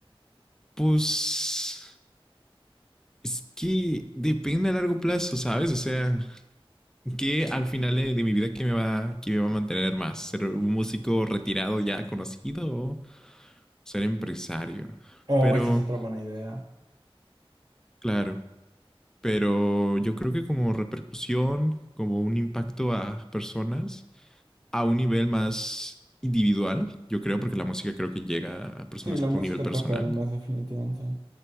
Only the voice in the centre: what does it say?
pues, Es que depende a largo plazo, ¿sabes? O sea, que al final de, de mi vida, ¿qué me, va, qué me va a mantener más? ¿Ser un músico retirado ya conocido o ser empresario?
Pero,
claro, pero yo creo que como repercusión, como un impacto a personas a un nivel más individual, yo creo, porque la música creo que llega a personas
a un nivel personal.